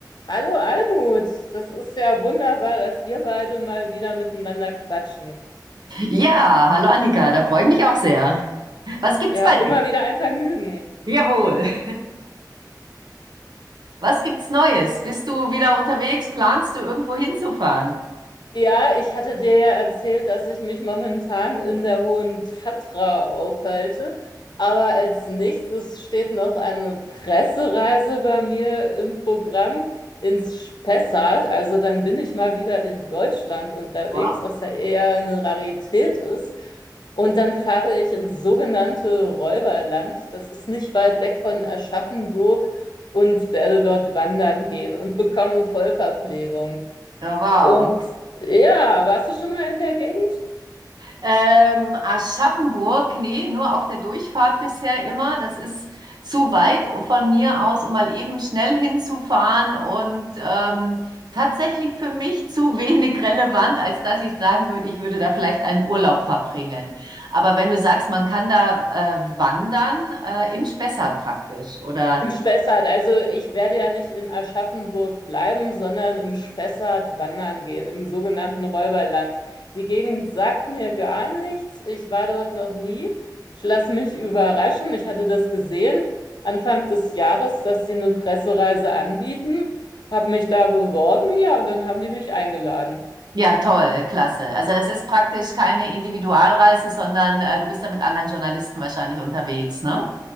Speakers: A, on the left (about 70°); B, on the right (about 70°).
A: Hallo Almut, das ist ja wunderbar, dass wir beide mal wieder miteinander quatschen.
B: Ja, hallo Annika, da freue ich mich auch sehr. Was gibt's
A: Ja,
B: bei
A: immer
B: dir?
A: wieder ein Vergnügen.
B: Jawohl. <laughs> Was gibt's Neues? Bist du wieder unterwegs? Planst du irgendwo hinzufahren?
A: Ja, ich hatte dir ja erzählt, dass ich mich momentan in der Hohen Tatra aufhalte. Aber als nächstes steht noch eine Pressereise bei mir im Programm ins Spessart. Also dann bin ich mal wieder in Deutschland unterwegs,
B: Wow.
A: was ja eher eine Rarität ist. Und dann fahre ich ins sogenannte Räuberland. Das ist nicht weit weg von Aschaffenburg und werde dort wandern gehen und bekomme Vollverpflegung.
B: Oh, wow.
A: Und ja, warst du schon mal in der Gegend?
B: Ähm, Aschaffenburg, nee, nur auf der Durchfahrt bisher immer. Das ist zu weit von mir aus, um mal eben schnell hinzufahren und ähm, tatsächlich für mich zu wenig relevant, als dass ich sagen würde, ich würde da vielleicht einen Urlaub verbringen. Aber wenn du sagst, man kann da äh, wandern, äh, im Spessart praktisch oder
A: Im Spessart. Also ich werde ja nicht in Aschaffenburg bleiben, sondern im Spessart wandern gehen, im sogenannten Räuberland. Die Gegend sagt mir gar nichts. Ich war dort noch nie. Ich lasse mich überraschen. Ich hatte das gesehen Anfang des Jahres, dass sie eine Pressereise anbieten, habe mich da beworben, ja, und dann haben die mich eingeladen.
B: ja, toll, klasse. Also das ist praktisch keine Individualreise, sondern äh, du bist da mit anderen Journalisten wahrscheinlich unterwegs, ne?